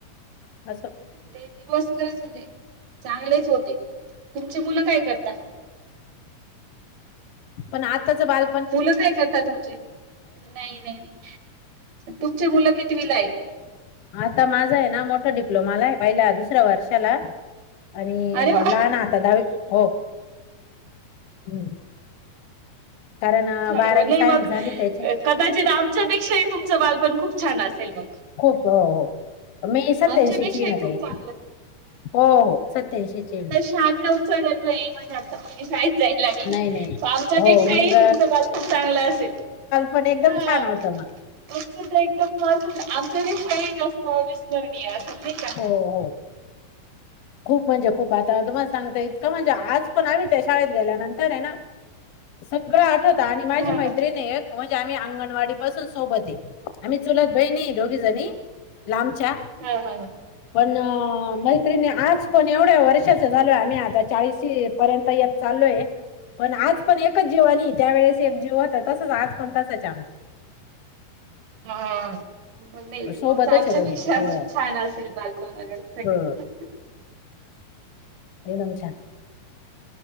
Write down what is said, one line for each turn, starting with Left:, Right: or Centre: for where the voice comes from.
Left: असं.
Right: ते दिवस खरच होते, चांगलेच होते, तुमचे मुलं काय करता?
Left: पण आत्ताचं बाल-
Right: मुलं काय करतात तुमचे? नाही नाही नाही. तुमची मुलं कितविला आहे?
Left: आता माझा हेना मोठा डिप्लोमाला आहे पहिल्या दुसऱ्या वर्षाला. आणि
Right: अरे वा
Left: लहाना आता दहावी, हो हम्म. कारण
Right: छान
Left: बारावी
Right: आहे मग लई
Left: सायन्स
Right: मग
Left: झाली त्याची.
Right: अ, कदाचित आमच्यापेक्षाही तुमचं बालपण खूप छान असेल मग.
Left: खूप हो हो. मी सत्याऐंशीची
Right: आमच्यापेक्षाही
Left: आहे ना
Right: खूप
Left: ताई,
Right: चांगलं.
Left: हो हो सत्याऐंशीची आहे मी.
Right: आठ नउच <unintelligible> हे महिन्यात. आता मुलगी शाळेत जायला लागली.
Left: नाही नाही
Right: आमच्यापेक्षाही
Left: हो मग
Right: तुमचं बालपण चांगलं असेल.
Left: पण एकदम
Right: हां,
Left: छान होतं ना.
Right: तुमचं तर एकदम अजून आमच्यापेक्षाही जास्त अविस्मरणीय असेल नाही का?
Left: हो हो. खूप म्हणजे खूप आता तुम्हाला सांगते इतकं म्हणजे आज पण आम्ही शाळेत गेल्यानंतर आहे ना - सगळं आठव - त आणि माझी
Right: हां,
Left: मैत्रीण आहे. एक म्हणजे आम्ही अंगणवाडीपासून सोबत आहे आम्ही चुलत बहिणी. की दोघीजणी लांबच्या.
Right: हा हा हा,
Left: पण मैत्रिणी आज. पण एवढ्या वर्षाचं झालोय आम्ही आता चाळीसीपर्यंत येत चाललोय. पण आज पण एकच जीवनी त्यावेळेस एक जीव होतं. तसंच आज पण तसंच आमचं.
Right: हां हां हां, मम्मे
Left: सोबतच
Right: तुमचं आमच्यापेक्षा
Left: आहे दोघे
Right: अजून
Left: हो
Right: छान असेल बालपण वगैरे
Left: हो
Right: <unintelligible>
Left: एकदम छान.